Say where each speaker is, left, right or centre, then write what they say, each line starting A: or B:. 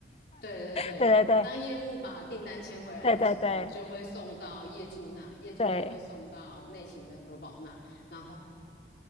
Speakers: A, on the left; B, on the left.
A: 对对对，
B: 对对，<laughs> 对对对
A: 当业务把订单签回来的时候，
B: 对对对
A: 就会送到业主那，业主就会送到内勤的核保那，
B: 对，
A: 然后。